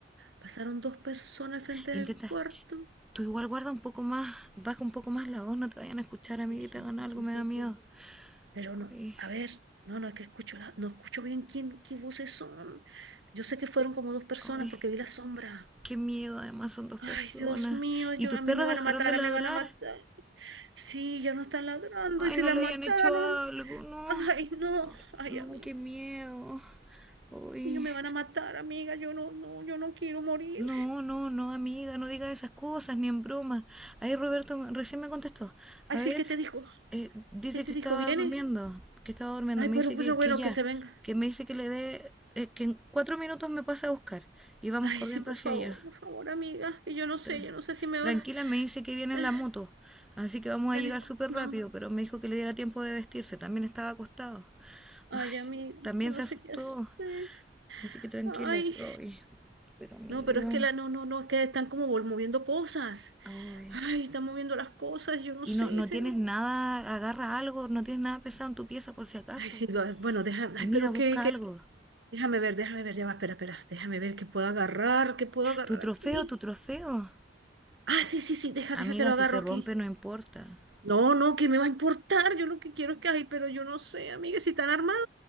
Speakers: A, on the right; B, in the centre.
A: Pasaron dos personas al frente
B: Intenta,
A: del cuarto.
B: ch, tú igual guarda un poco más, baja un poco más la voz, no te vayan a escuchar, amiga,
A: Sí, sí,
B: y te hagan
A: sí,
B: algo,
A: sí,
B: me
A: sí,
B: da miedo.
A: sí. Pero no,
B: Ay,
A: a ver, no, no, es que escucho, la- no escucho bien quién, qué voces son. Yo sé que fueron como dos personas
B: ay,
A: porque vi la sombra.
B: qué miedo, además son dos
A: Ay,
B: personas.
A: Dios mío, yo,
B: ¿Y tus
A: a
B: perros
A: mí me van
B: dejaron
A: a matar,
B: de ladrar?
A: a mí me van a matar. Sí, ya no están ladrando
B: Ay,
A: y si
B: no
A: la
B: le
A: mataron.
B: hayan hecho algo, no.
A: Ay, no,
B: Ay,
A: ay,
B: no,
A: amigo,
B: qué miedo. Uy,
A: mío, me van a matar, amiga, yo no, no, yo no quiero morir.
B: No, no, no, amiga, no digas esas cosas, ni en broma. Ahí Roberto me- recién me contestó.
A: Ay,
B: A
A: sí,
B: ver,
A: ¿qué te dijo?
B: eh, dice
A: ¿Qué te
B: que
A: dijo?
B: estaba
A: ¿Viene?
B: durmiendo, que estaba durmiendo.
A: Ay,
B: Me
A: pero,
B: dice
A: pero
B: que,
A: bueno,
B: que ya,
A: que se venga.
B: que me dice que le dé, eh, que en cuatro minutos me pasa a buscar y vamos
A: Ay,
B: corriendo
A: sí, por
B: hacia
A: favor,
B: allá.
A: por favor, amiga, que yo no sé,
B: Tra-
A: yo no sé si me
B: tranquila,
A: va.
B: me dice que viene
A: eh,
B: en la moto, así que vamos
A: ya
B: a llegar
A: ni escu-
B: súper
A: no.
B: rápido, pero me dijo que le diera tiempo de vestirse, también estaba acostado.
A: Ay,
B: Ay,
A: amiga,
B: también
A: yo no
B: se
A: sé
B: asustó,
A: qué hacer.
B: así que tranquila,
A: Ay,
B: así, ay, pero amigo,
A: no, pero es que la, no, no, no, es que están como vol- moviendo cosas.
B: ay.
A: Ay, están moviendo las cosas, yo no
B: y
A: sé,
B: no, no
A: sí.
B: tienes nada, agarra algo, no tienes nada pesado en tu pieza por si acaso.
A: Ay, sí, va- bueno, déjame,
B: Amiga,
A: ay, pero
B: busca
A: qué, qué,
B: algo.
A: déjame ver, déjame ver, ya va, espera, espera, déjame ver qué puedo agarrar, qué puedo agarrar
B: Tu trofeo,
A: aquí.
B: tu trofeo.
A: Ah, sí, sí, sí, deja,
B: Amiga,
A: deja que lo
B: si
A: agarro
B: se
A: aquí.
B: rompe no importa.
A: No, no, ¿qué me va a importar? Yo lo que quiero es que, ay, pero yo no sé, amiga, si están armados,